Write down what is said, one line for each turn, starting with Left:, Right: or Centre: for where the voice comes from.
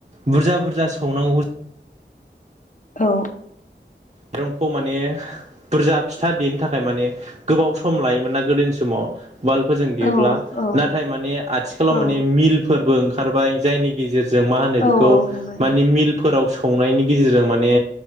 Right: बुरजा बुरजा सौनांगौ
Left: औ
Right: माइरंखौ माने बुरजा फिथा देनो थाखाय माने गोबाव सम लायोमोन ना गोदोनि समाव। उवालफोरजों देयोब्ला
Left: औ औ
Right: नाथाय माने आथिखालाव
Left: औ
Right: माने मिलफोरबो ओंखारबाय जायनि गेजेरजों जों माहोनो
Left: औ
Right: बिखौ
Left: ओंखारबाय
Right: मानि मिलफोराव सौनानि गेजेरजों मानि